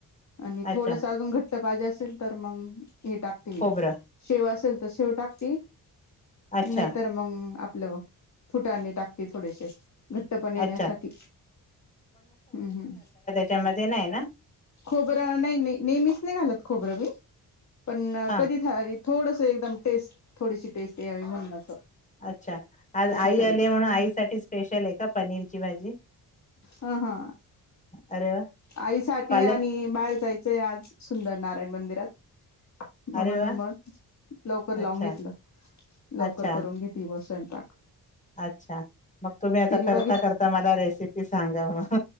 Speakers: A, on the left; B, on the left.
A: आणि थोडस
B: अच्छा
A: अजून घट - ट्ट पाजी असेल तर मंग हे टाकती
B: खोबरं
A: शेव असेल तर शेव टाकती.
B: अच्छा
A: नाहीतर मंग आपलं फुटानी टाकते थोडेशे. घट्टपण येण्यासाठी.
B: अच्छा
A: हम्म. हम्म.
B: त्यामध्ये नाही ना?
A: खोबरं नाही ते, नेहमीच नाही घालत खोबरं मी, पण
B: हा
A: कधीतरी थोडस एकदम टेस्ट, थोडीशी टेस्ट यावी म्हणून असं.
B: अच्छा, आज
A: कधीतरी
B: आई आलीय म्हणून आई साठी स्पेशल का पनीरची भाजी?
A: हं हं
B: अरे वा
A: आईसाठी
B: पालक
A: आणि बाहेर जायचंय आज. सुंदर नारायण मंदिरात. दाहवा
B: अरे वा
A: नंबर लवकर लावून
B: अच्छा
A: घेतलं, लवकर
B: अच्छा
A: करून घेतलं. <unintelligible> स्वयंपाक.
B: अच्छा मग तुम्ही आता
A: तिने
B: करता-करता
A: बघित
B: मला रेसिपी सांगा म.